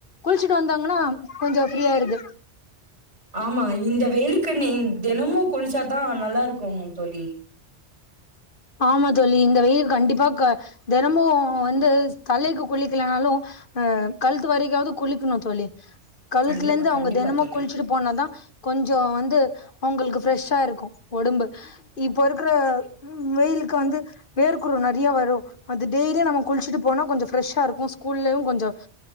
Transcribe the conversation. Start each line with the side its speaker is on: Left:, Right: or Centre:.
Left: குளிச்சிட்டு வந்தாங்கன்னா கொஞ்ச ஃப்ரீயா ஆயிருது
Right: ஆமாங்க இந்த வெயிலுக்கு நீ தெனமு குளிச்சா தா நல்லா இருக்கு தோழி
Left: ஆமா தோழி இந்த வெயிலுக்கு கண்டிப்பா க தெனமு வந்து தலைக்கி குளிக்கலனாலு அ கழுத்து வரைக்காவது குளிக்கணு தோழி கழுத்துல
Right: கண்டிப்பா
Left: இருந்து அவுங்க
Right: கண்டிப்பா
Left: தெனமு
Right: தோழி.
Left: குளிச்சிட்டு போனாதா கொஞ்சோ வந்து அவங்களுக்கு ஃப்ரெஷ்ஷா இருக்கு ஒடம்பு இப்ப இருக்கிற ம் வெயிலுக்கு வந்து வேர்குரு நெறையா வரு அது டெய்லி நம்ம குளிச்சுட்டு போனா கொஞ்ச ஃப்ரெஷ்ஷா இருக்கு ஸ்கூல்லயு கொஞ்ச